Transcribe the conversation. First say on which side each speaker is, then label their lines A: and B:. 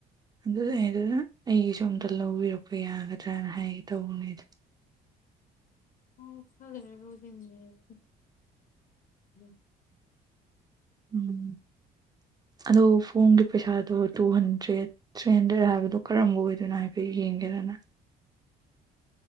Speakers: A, on the right; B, on the left.
A: ꯑꯗꯨꯗꯩꯗꯨꯗ
B: ꯎꯝ
A: ꯑꯩꯒꯤꯁꯨ ꯑꯝꯇ ꯂꯧꯕꯤꯔꯛꯄ ꯌꯥꯒꯗ꯭ꯔꯅ ꯍꯥꯏꯒꯦ ꯇꯧꯕꯅꯦꯗ
B: ꯑꯣ ꯈꯔꯥ ꯂꯩꯔꯥꯒꯕꯨꯗꯤ ꯃꯦꯟꯅꯤ <unintelligible>
A: ꯎꯝ ꯑꯗꯣ ꯐꯣꯝꯒꯤ ꯄꯩꯁꯥꯗꯣ ꯇꯨ ꯍꯟꯗ꯭ꯔꯦꯠ ꯊ꯭ꯔꯤ ꯍꯟꯗ꯭ꯔꯦꯠꯔꯥ ꯍꯥꯏꯕꯗꯣ ꯀꯔꯝꯕ ꯑꯣꯏꯗꯣꯏꯅꯣ ꯍꯥꯏꯐꯦꯠ ꯌꯦꯡꯒꯦꯔꯥ ꯅꯪ